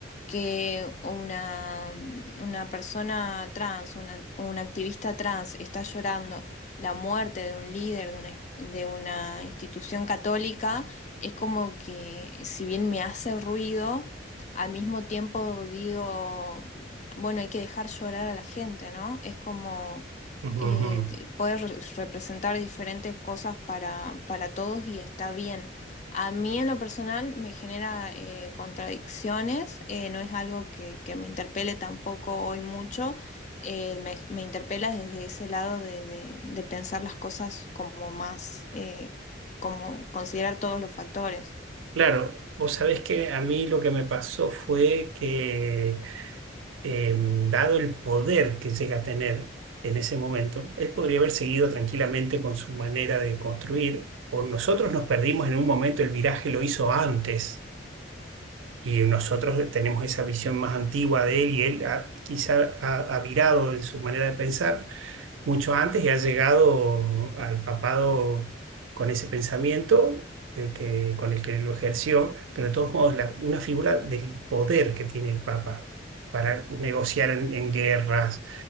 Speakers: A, on the left; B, on the right.
A: que una, mm, una persona trans, una, un activista trans está llorando la muerte de un líder de una, de una institución católica, es como que si bien me hace ruido, al mismo tiempo digo bueno, hay que dejar llorar a la gente, ¿no? Es como
B: Ujú.
A: eh, te- poder re- representar diferentes cosas para, para todos y está bien. A mí en lo personal me genera eh, contradicciones, eh, no es algo que, que me interpele tampoco hoy mucho, eh, me, me interpela desde ese lado de, de- de pensar las cosas como más, eh, como considerar todos los factores.
B: Claro, vos sabés que a mí lo que me pasó fue que, eh, dado el poder que llega a tener en ese momento, él podría haber seguido tranquilamente con su manera de construir, o nosotros nos perdimos en un momento, el viraje lo hizo antes, y nosotros tenemos esa visión más antigua de él, y él ha- quizá ha, ha virado en su manera de pensar mucho antes y ha llegado al papado con ese pensamiento eh, que, con el que lo ejerció, pero de todos modos la- una figura del poder que tiene el papa para negociar en, en guerras,